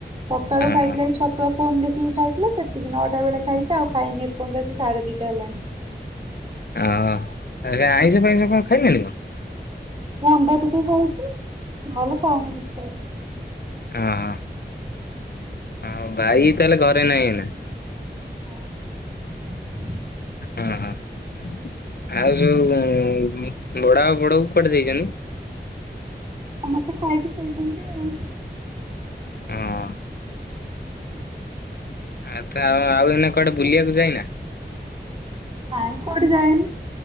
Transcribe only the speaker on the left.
ଏଇନା?
ଓ ଆଜ୍ଞା ଆଇଁଷ ଫଇଁଷ କଣ ଖାଇନାଣି କ?
ଅହୋ ଆଉ ଭାଇ ତାହେଲେ ଘରେ ନାହିଁନା।
ହଁ ହଁ ଆଉ ଯୋଉ ଉଁ ବଡ ଆଉ ବଡ କୁଆଡେ ଦେଇଛନ୍ତି?
ହଁ। ଆ ତ ଆଉ ଆଉ ଏନା କୁଆଡେ ବୁଲିବାକୁ ଯାଇନା।